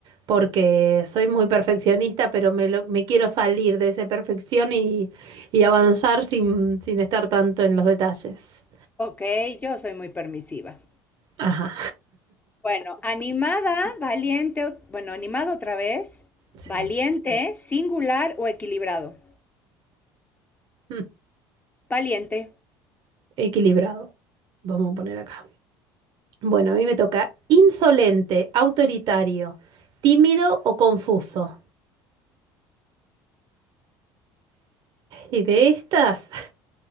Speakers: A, on the right; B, on the left.
A: porque soy muy perfeccionista, pero me, lo- me quiero salir de esa perfección y, y avanzar sin, sin estar tanto en los detalles.
B: ok, yo soy muy permisiva.
A: Ajá,
B: Bueno, animada, valiente, o- bueno, animado otra vez,
A: sí.
B: valiente, singular o equilibrado.
A: Mm,
B: Valiente.
A: Equilibrado. Vamos a poner acá. Bueno, a mí me toca insolente, autoritario, tímido o confuso. Y de estas,